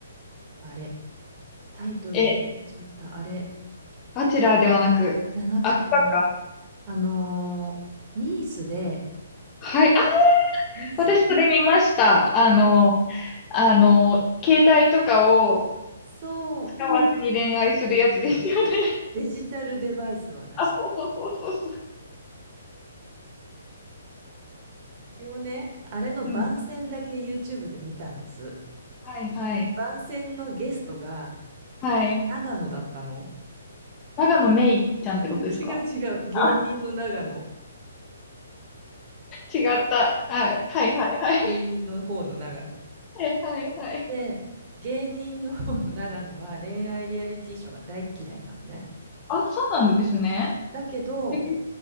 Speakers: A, on the right (about 30°); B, on the left (about 15°).
A: あれ、タイトルを言っちゃった、
B: い。え、
A: あれ、
B: バチェラーではなく、
A: じゃなくて、
B: あキか。
A: あのーニースで、
B: はい。あ、
A: ニース、
B: 私それ見ました。あの、あの、携帯とかを
A: そう、
B: 使わずに恋愛するやつですよね。<laughs>
A: デジタルデバイスはなし。
B: あ、そうそうそうそうそ
A: あれをね、あれの番宣だけ
B: う。うん。
A: YouTube で見たんです。
B: はいはい。
A: 番宣のゲストが
B: はい。
A: 長野だったの。
B: 長野めいちゃんってことですか
A: うん、違う違う。芸人の長野。
B: あ違った。はい。はいはいはい。
A: 芸人の方の長野。
B: はいはいはい。
A: で、芸人の方の長野は恋愛リアリティショーが大っ嫌いなのね。
B: あ、そうなんですね。
A: だけど、
B: え